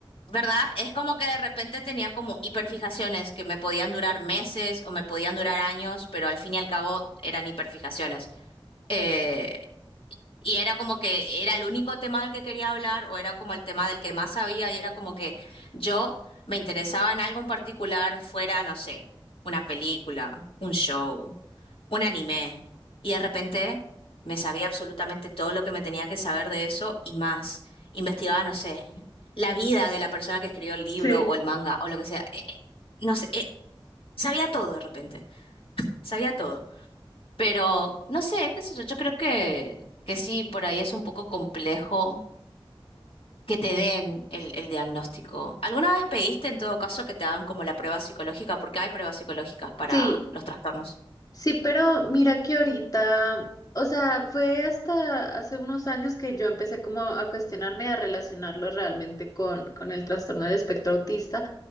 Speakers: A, on the left (about 70°); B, on the left (about 40°).
A: ¿Verdad? Es como que de repente tenía como hiperfijaciones que me podían durar meses o me podían durar años, pero al fin y al cabo eran hiperfijaciones. Eh, y era como que era el único tema del que quería hablar o era como el tema del que más sabía y era como que yo me interesaba en algo en particular, fuera, no sé, una película, un show, un anime. Y de repente me sabía absolutamente todo lo que me tenía que saber de eso y más. Investigaba, no sé, la vida de la persona que escribió el libro
B: Sí.
A: o el manga o lo que sea. Eh, eh, no sé, eh, sabía todo de repente, sabía todo. Pero no sé, qué sé yo, yo creo que, que sí, por ahí es un poco complejo que te den el, el diagnóstico. ¿Alguna vez pediste en todo caso que te hagan como la prueba psicológica? Porque hay pruebas psicológicas para
B: Sí,
A: los trastornos.
B: Sí, pero mira que ahorita, o sea, fue hasta hace unos años que yo empecé como a cuestionarme, a relacionarlo realmente con, con el trastorno del espectro autista,